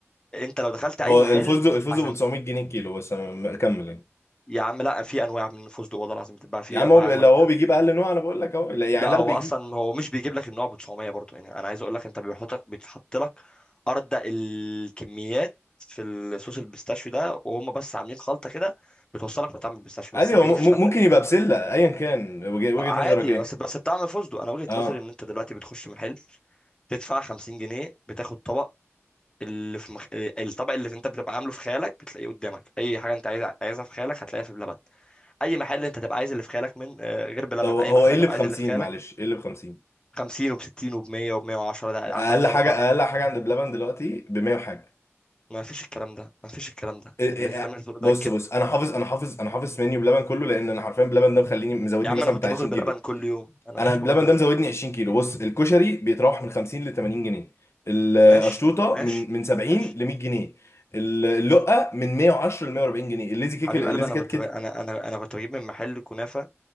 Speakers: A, on the left (about 20°); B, on the left (about 65°).
A: انت لو دخلت اي
B: هو
A: محل
B: الفوز الفوز
A: عشان
B: ب 900 جنيه الكيلو بس أنا م- كمل يعني
A: يا عم لا في انواع من الفستق والله العظيم بتتباع في
B: يا عم
A: انواع
B: هو ب- لو
A: اغلى من
B: هو
A: كده
B: بيجيب
A: بكتير.
B: اقل نوع انا بقول لك اهو لا، يعني
A: لا
B: لو
A: هو
B: بيجيب
A: اصلا هو مش بيجيب لك النوع ب 900 برضه يعني انا عايز اقول لك انت بيحطك بيتحط لك ارض الكميات في الصوص البيستاشيو ده وهم بس عاملين خلطه كده بتوصلك لطعم البيستاشيو
B: عادي
A: بس يا
B: هو
A: حبيبي
B: م-
A: مفيش حد
B: ممكن يبقى بسله ايا كان وجه- وجهه
A: عادي
B: نظرك ايه
A: بس بس بتعمل فستق انا وجهة
B: اه
A: نظري ان انت دلوقتي بتخش محل تدفع 50 جنيه بتاخد طبق اللي في مخ... الطبق اللي انت بتبقى عامله في خيالك بتلاقيه قدامك اي حاجه انت عايز عايزها في خيالك هتلاقيها في بلبن اي محل انت تبقى عايز اللي في خيالك من آه، غير بلبن
B: طب هو
A: اي محل
B: ايه
A: هتبقى
B: اللي ب 50
A: عايز اللي في خيالك
B: معلش ايه اللي ب 50
A: 50 وب 60 وب 100 وب 110 ده
B: اقل
A: عامه الارقام
B: حاجه اقل حاجه عند بلبن دلوقتي ب 100 وحاجه
A: ما فيش الكلام ده ما فيش الكلام ده
B: إيه-
A: اللي
B: إيه- إيه،
A: الكلام اللي بتقوله
B: بص
A: ده كده
B: بص انا حافظ انا حافظ انا حافظ منيو بلبن كله لان انا حرفيا بلبن ده مخليني مزودني
A: يا عم
B: مثلا
A: انا كنت
B: بتاع
A: باكل
B: 20
A: بلبن
B: كيلو
A: كل يوم انا
B: انا
A: كنت
B: بلبن
A: باكل بلبن
B: ده مزودني
A: كل
B: 20
A: يوم
B: كيلو بص الكشري بيتراوح من 50 ل 80 جنيه القشطوطه
A: ماشي طب ماشي
B: من من 70
A: طب ماشي
B: ل 100 جنيه اللقه
A: ماشي
B: من 110 ل 140 جنيه الليزي كيك
A: حبيب
B: الليزي
A: قلبي انا
B: كات
A: كنت
B: كده
A: ب... انا انا انا كنت بجيب من محل كنافه